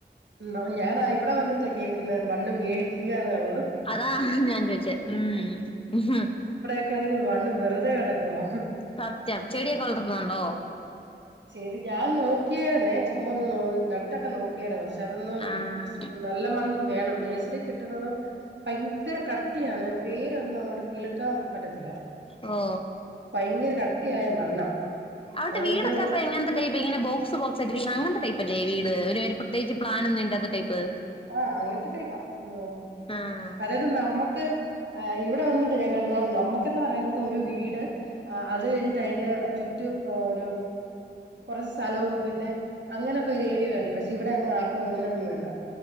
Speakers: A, on the right; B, on the left.
A: ന്നാ ഞാനാ ഇവിടെ വന്നിട്ടാ കേക്കുന്നെ മണ്ണ് മേടിക്കുകന്നുള്ളത്
B: അതാ ഞാൻ ചോയിച്ചേ ഉം ഉം
A: ക്കാണെങ്കി വണ്ണ് വെറുതെ കിടക്കുവാ
B: സത്യം ചെടിയൊക്കെ വളർത്തുന്നുണ്ടോ?
A: ശെരി ഞാൻ നോക്കിയായിരുന്നേ ചുമ്മാ ഒന്ന് നട്ടൊക്കെ നോക്കിയായിരുന്നു പക്ഷെ അതൊന്നും
B: ആഹ്
A: നല്ല മണ്ണ് വേണം നഴ്സറി കിട്ടുന്നതും ഭയങ്കര കട്ടിയാണ് വേരൊന്നും അങ്ങോട്ട് കിളിക്കാൻ പറ്റത്തില്ല
B: ഓ
A: ഭയങ്കര കട്ടിയായ മണ്ണാ
B: അവിടത്തെ
A: അതുകൊണ്ട്
B: വീടൊക്കെപ്പ എങ്ങൻത്തെ ടൈപ്പ് ഇങ്ങനെ ബോക്സ് ബോക്സായിട്ട് ഇരിക്കുന്ന അങ്ങനത്തെ ടൈപ്പല്ലേ വീട് ഒര് ഒര് പ്രത്യേകിച്ച് പ്ലാൻ ഒന്നും ഇല്ലാത്ത ടൈപ്പ്
A: ആഹ് അങ്ങന് ത്തെ ടൈപ്പാ യോ
B: ആഹ്
A: അതായത് നമ്മുക്ക് ആ ഇവിടെ വന്നിട്ടാ ഞാ കാണുന്നെ ആ നമ്മുക്കന്ന് പറയുന്നത് ഒരു വീട് അ അത് കഴിഞ്ഞിട്ട് അയിന്റെ ചുറ്റും ഒരു കുറച്ച് സ്ഥലവും പിന്നെ അങ്ങനൊക്കെ ഒരു ഏരിയ വേണ്ടേ പക്ഷെ ഇവിടെ അങ്ങ് ആർക്കും അങ്ങനെ ഒന്നും വേണ്ട